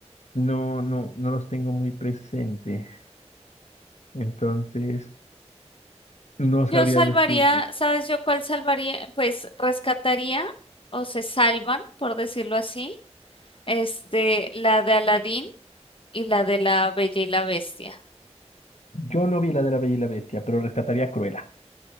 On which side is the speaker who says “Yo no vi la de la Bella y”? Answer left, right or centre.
Left